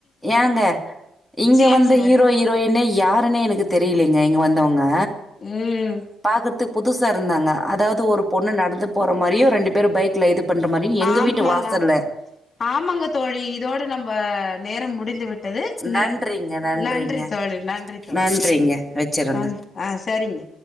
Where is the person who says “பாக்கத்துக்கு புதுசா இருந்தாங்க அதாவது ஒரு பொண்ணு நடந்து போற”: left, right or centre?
Centre